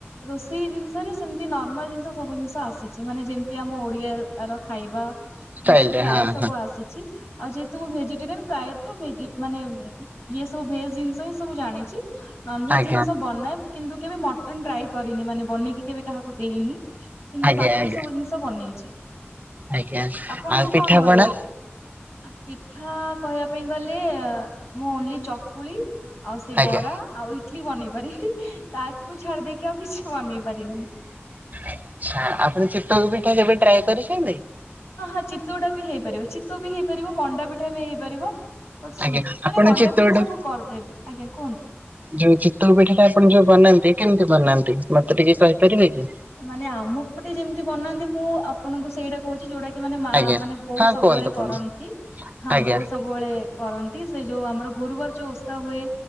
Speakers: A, on the left; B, on the right.
A: ରୋଷେଇ ଜିନିଷରେ ସେମିତି ନର୍ମାଲ ଜିନିଷ ସବୁ ଜିନିଷ ଆସିଛି ମାନେ ଯେମିତି ଆମ ଓଡିଆର ଖାଇବା
B: ଷ୍ଟାଇଲରେ
A: ଯେ ସେ ପ୍ରାୟ
B: ହଁ
A: ସବୁ
B: ହଁ
A: ଆସିଛି। ଆଉ ଯେହେତୁ ମୁଁ ଭେଜିଟେରିଆନ୍ ପ୍ରାୟତ ଭେଜି ମାନେ ଇଏ ସବୁ ଭେକ ଜିନିଷ ହିଁ ସବୁ ଜାଣିଛି। ନନଭେଜ
B: ଆଜ୍ଞା
A: ଜିନିଷ ବନାଏ କିନ୍ତୁ କେବେ ମଟନ ଟ୍ରାଏ କରିନି ମାନେ ବନେଇକି କେବେ କାହାକୁ ଦେଇନି। କିନ୍ତୁ
B: ଆଜ୍ଞା
A: ବାକି
B: ଆଜ୍ଞା।
A: ସବୁ ଜିନିଷ ବନେଇଛି,
B: ଆଜ୍ଞା
A: ଆପଣଙ୍କୁ
B: ଆଉ ପିଠାପଣା
A: କଣ ଭଲ ଲାଗେ? ପିଠା କହିବା ପାଇଁ ଗଲେ ମୁଁ ଓନ୍ଲି ଚକୁଳି ଆଉ ସେ
B: ଆଜ୍ଞା
A: ବରା ଆଉ ଇଟଲି ବନେଇ ପାରିବି ତାକୁ ଛାଡି ଦେଇକି ଆଉ କିଛି ବନେଇ ପାରିବିନି <unintelligible>
B: ଆଛା ଆପଣ ଚିତଉ ପିଠା କେବେ ଟ୍ରାଏ କରିଛନ୍ତି?
A: ହଁ ହଁ ଚିତୋଉଟା ବି ହେଇପାରିବ ଚିତୋଉ ବି ହେଇପାରିବ ମଣ୍ଡା ପିଠା ବି ହେଇପାରିବ। ବଟ୍ ସୁଜି
B: ଆଜ୍ଞା
A: ମାନେ
B: ଆପଣ
A: ମଣ୍ଡପିଠା
B: ଚିତଉଟା
A: ସବୁ କରିଦେବି ଆଜ୍ଞା କୁହନ୍ତୁ।
B: ଯୋଉ ଚିତୋଉ ପିଠାଟା ଆପଣ ଯୋଉ ବନାନ୍ତି କେମିତି ବନାନ୍ତି ମତେ ଟିକେ କହିପାରିବେ କି?
A: ମାନେ ଆମ ପଟେ ଯେମିତି ବନାନ୍ତି ମୁଁ ଆପଣଙ୍କୁ ସେଇଟା କହୁଛି ଯୋଉଟା କି ମାନେ ମା
B: ଆଜ୍ଞା
A: ମାନେ ବୋଉ
B: ହଁ
A: ସବୁବେଳେ
B: କୁହନ୍ତୁ
A: କରନ୍ତି
B: କୁହନ୍ତୁ
A: ହଁ
B: ଆଜ୍ଞା
A: ବୋଉ ସବୁ ସବୁବେଳେ କରନ୍ତି ସେ ଯୋଉ ଆମର ଗୁରୁବାର ଯୋଉ ଓସା ହୁଏ